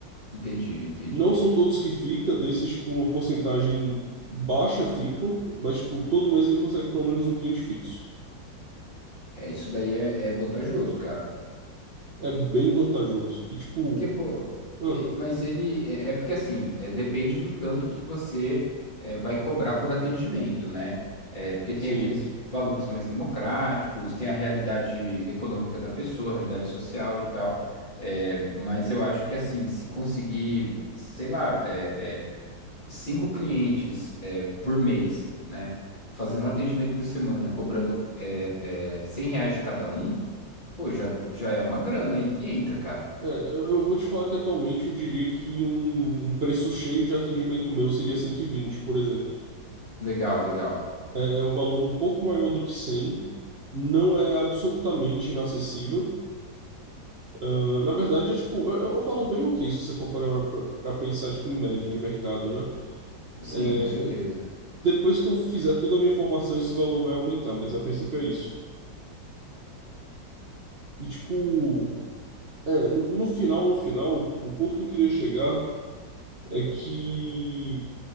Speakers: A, on the left; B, on the right.
A: Entendi, entendi.
B: Não são todos que fica, desses, tipo, uma porcentagem baixa ficam, mas, tipo, todo mês ele consegue pelo menos um cliente fixo.
A: É, isso daí é, é vantajoso, cara.
B: É bem vantajoso. E, tipo,
A: Porque, pô,
B: ah,
A: e- mas ele. É, é porque assim, é, depende do tanto que você é, vai cobrar por atendimento, né? É, porque
B: sim.
A: tem aqueles valores mais democráticos, tem a realidade econômica da pessoa, a realidade social e tal. É, mas eu acho que assim, se conseguir, sei lá, é, é, cinco clientes é, por mês, né? Fazendo um atendimento por semana, cobrando é, é, 100 reais de cada um, pô, já, já é uma grana aí que entra, cara.
B: É, eu eu vou te falar que atualmente eu diria que um, um preço cheio de atendimento meu seria cento e vinte por exemplo.
A: Legal, legal.
B: É é um valor um pouco maior do que cem, Não é absolutamente inacessível. Ah, Na verdade, é tipo, é é um valor bem ok se você for parar pra, pra pensar tipo, em média de mercado, né?
A: Sim,
B: É,
A: com certeza.
B: Depois que eu fizer toda a minha formação, esse valor vai aumentar, mas a princípio é isso. E tipo, é, no, no final, no final, o ponto que eu queria chegar é que